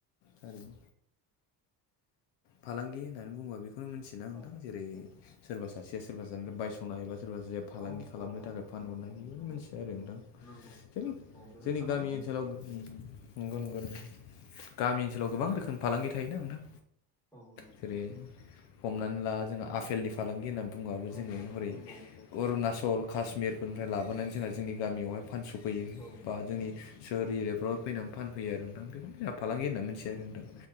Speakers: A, on the left (about 60°); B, in the centre.
A: थारैनो फालांगि होननानै बुङोबा बेखौनो मिथिोना नोंथां
B: औ
A: जेरै सोरबा सासेया सोरबा सानै
B: औ
A: बायस'नो एबा सोरबा सासेया फालांगि
B: औ
A: खालामनो
B: औ
A: थाखाय
B: नंगौ
A: फानहरनाय
B: नंगौ
A: बे मिथिया आरो नोंथां
B: नंगौ
A: थिग
B: औ बे
A: जोंनि
B: फालांगि
A: गामि ओनसोलाव <unintelligible> गुनगुन गामि ओनसोलाव गोबां रोखोम फालांगि थायोना नोंथां
B: औ नंगौ
A: जेरै
B: नोंथां
A: हमनानै ला जोङो आफेलनि फालांगि होननानै बुङबाबो
B: औ
A: जोङो
B: औ
A: हरै
B: औ
A: अरुणाचल काश्मिरफोरनिफ्राय लाबोनानै जोंहा जोंनि गामियावहाय फानस' फैयो
B: औ
A: बा जोंनि सोहोर
B: औ
A: एरियाफ्राव फैनानै फानफैयो आरो नोंथां बेखौनो फालांगि
B: औ
A: होनना
B: नंगौ
A: मिथिया आरो नोंथां